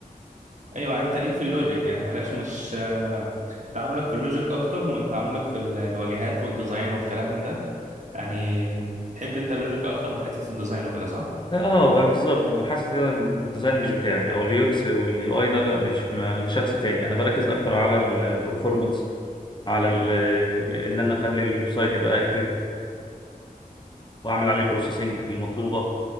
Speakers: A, on the right; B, on the left.
A: ايوه انت ليك في اللوجيك يعني مالكش مش آه، تعاملك في اللوجيك اكتر من تعاملك في ال- الواجهات والديزاين والكلام من ده يعني تحب انت اللوجيك اكتر من حته الديزاين وكده صح
B: اه بقى بالظبط انا حاسس ان الديزاين مش بتاعي او اليو اكس واليو اي ده لا مش ما- لشخص تاني انا بركز اكتر على البرفورمانس على ال ان انا اخلي الويب سايت يبقى اكتف واعمل عليه البروسيسنج المطلوبه